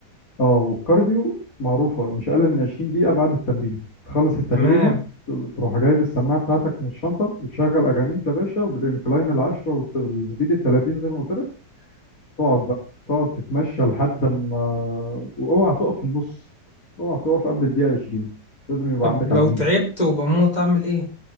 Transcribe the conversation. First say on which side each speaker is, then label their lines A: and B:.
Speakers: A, on the left; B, on the left.
A: اه والكارديو معروفه مش اقل من 20 دقيقه بعد التمرين تخلص التمرينه
B: تمام
A: ت- تروح جايب السماعه بتاعتك من الشنطه وتشغل اغانيك يا باشا وبالانكلاين ال 10 والسبيد ال 30 زي ما قلت لك تقعد بقى تقعد تتمشى لحد ما واوعى تقف في النص اوعى تقف قبل الدقيقه 20 لازم يبقى
B: طب
A: عندك
B: لو
A: عزيمه
B: تعبت وبموت اعمل ايه